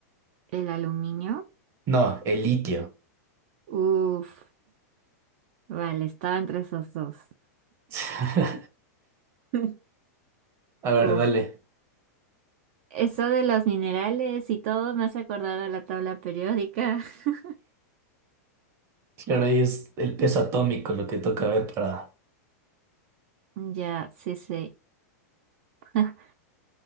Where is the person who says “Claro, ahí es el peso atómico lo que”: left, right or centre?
Right